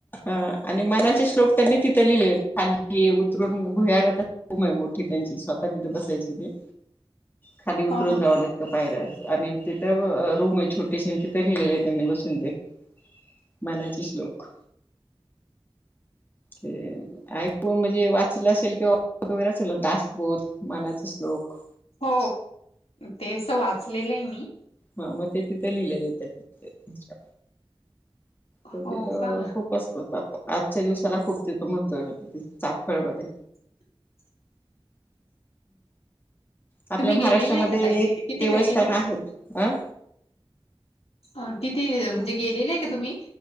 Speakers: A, on the left (about 20°); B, on the left (about 90°).
A: ह आणि मनाचे श्लोक त्यांनी तिथं लिहिलेले आहे. खालती उतरून भुयारात. <inaudible> मोठी त्यांची स्वतः तिथे बसायचे ते.
B: <inaudible>
A: खाली उतरून
B: ह ह
A: जाऊला. पायऱ्यात आणि तिथं रूम आहे छोटीशी तिथे लिहिलेले आहे त्यांनी बसून ते. मनाचे श्लोक. कोण म्हणजे वाचलं असेल किंवा <inaudible> वगैरे असेल दासबोध, मनाचा श्लोक.
B: हो ते असं वाचलेले आहे मी.
A: मग ते तिथे लिहिलेले त्यांच्या तर
B: हो.
A: तिथं
B: का
A: खूप असतो आजच्या दिवसाला खूप तिथे महत्व आहे चाफकळ मध्ये.
B: <inaudible>
A: आपल्या
B: तुम्ही
A: महाराष्ट्रामध्ये
B: गेलेले आहे का ताई
A: एक
B: तिथे किती
A: देवस्थान
B: वेळ गेले
A: आहे. आं
B: आ तिथे म्हणजे गेलेले आहे का तुम्ही?